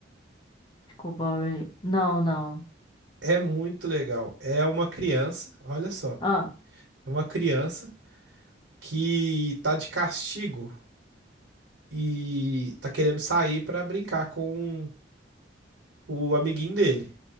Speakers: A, on the left; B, on the right.
A: desculpa, Ray. não, não.
B: É muito legal. É uma criança, olha só,
A: Ah,
B: é uma criança que tá de castigo e tá querendo sair pra brincar com o amiguinho dele.